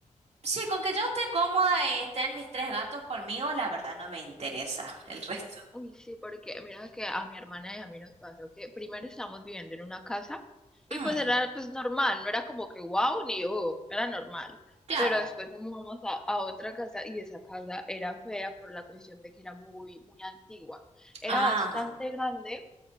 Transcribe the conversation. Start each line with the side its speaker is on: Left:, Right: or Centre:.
Right: Sí, con que yo esté cómoda y estén mis tres gatos conmigo, la verdad no me interesa el resto.
Centre: Uy, sí, porque mira que a mi hermana y a mí nos pasó que primero estábamos viviendo en una casa y
Right: Mm,
Centre: pues era pues normal, no era como que wow ni oh, era normal.
Right: claro.
Centre: Pero después nos mudamos a, a otra casa y esa casa era fea por la cuestión de que era muy, muy antigua. Era
Right: Ajá,
Centre: bastante grande